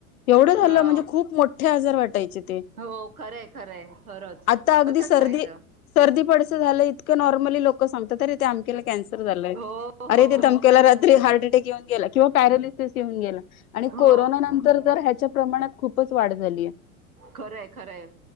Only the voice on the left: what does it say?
एवढं झालं,
म्हणजे खूप मोठे आजार वाटायचे. ते
आता अगदी
सर्दी
सर्दी पडसं झालंय, इतकं नॉर्मली लोकं सांगतात अरे ते अमक्याला कॅन्सर झालयं.
अरे! ते तमक्याला
रात्री हार्ट हार्ट अटॅक येऊन गेला, किंवा पँरालिसेस येवून गेला आणि कोरोना
नंतर तर ह्याच्या प्रमाणात खूपचं वाढ झाली आहे.